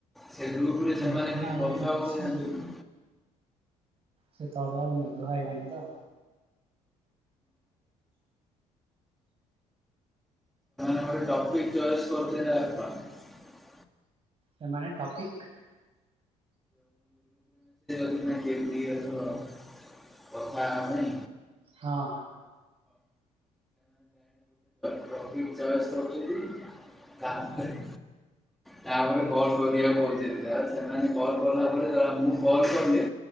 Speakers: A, in the centre; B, on the right.
A: ସେ ଗ୍ରୁପରେ ସେମାନେ
B: ମେଘଡ଼
A: କେହି
B: ଆଇଲାଣି
A: କଥା
B: ବର୍ଷିଓଏ
A: ହଉଥିଲେ ଜାଣିଛୁ ନା
B: ସେ ତଳେ ଆଳୁ ମେଘ ହେଇଲାଣି ତ
A: ଟପି କି ଚ ଏସେ କରିଚନ୍ତି ଏ ଆତ୍ମ।
B: ସେମାନେ ଟପିକ୍
A: ଏଇନା କେମିତି ଅଛ କଥା ହବନି
B: ହଁ।
A: ଟପି କି ଚ ଏସେ କରୁଛନ୍ତି ତାଆ ଅନୁସାରେ। ତାପରେ କଲ କରିବାକୁ ଚିନ୍ତା ସେମାନେ କଲ୍ କଲା ପରେ ଜଣା ମୁଁ କଲ କଲି